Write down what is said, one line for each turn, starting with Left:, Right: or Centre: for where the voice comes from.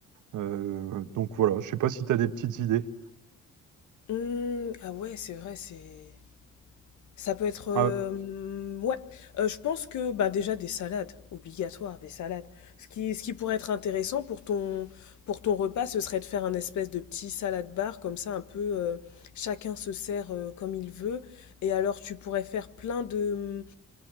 Right: Euh, donc voilà, je sais pas si tu as des petites idées.
Left: Mmh, ah ouais, c'est vrai, c'est ça peut être, euh,
Right: Ah,
Left: ouais, Euh, je pense que bah déjà des salades, obligatoire des salades. Ce qui, ce qui pourrait être intéressant pour ton, pour ton repas, ce serait de faire un espèce de petit salade bar comme ça, un peu euh, chacun se sert euh, comme il veut. Et alors tu pourrais faire plein de,